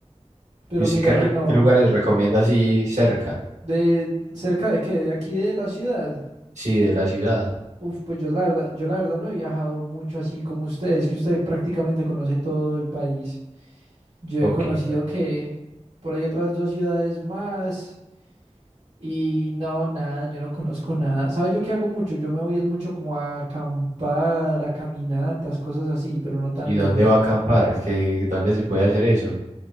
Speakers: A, on the right (about 65°); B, on the right (about 80°).
A: Pero
B: ¿Y usted
A: mira
B: qué, re-
A: que no.
B: qué lugares recomienda así cerca?
A: ¿De cerca de qué? ¿De aquí de la ciudad?
B: Sí, de la ciudad.
A: Uf, pues yo la verdad, yo la verdad no he viajado mucho así como ustedes, que usted prácticamente conoce todo el país. Yo
B: Poquito.
A: he conocido que por ahí otras dos ciudades más y no, nada, yo no conozco nada. ¿Sabes yo qué hago mucho? Yo me voy es mucho como a acampar, a caminatas, cosas así, pero no tan
B: ¿Y
A: lejos.
B: dónde va a acampar? ¿Qué, dónde se puede hacer eso?